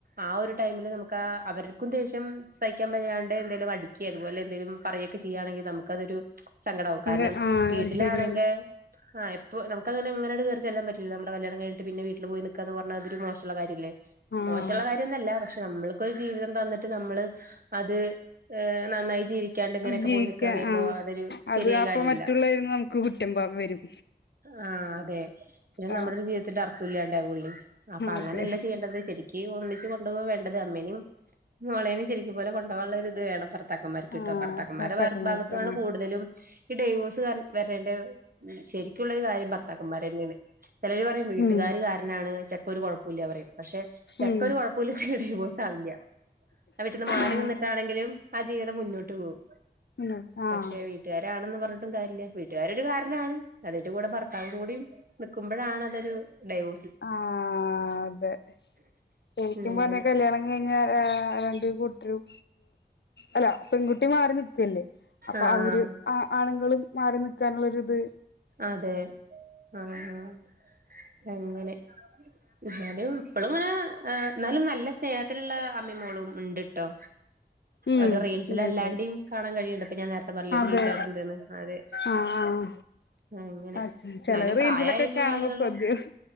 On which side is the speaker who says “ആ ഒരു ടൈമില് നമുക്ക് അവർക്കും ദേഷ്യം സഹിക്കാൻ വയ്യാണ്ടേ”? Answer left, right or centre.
Right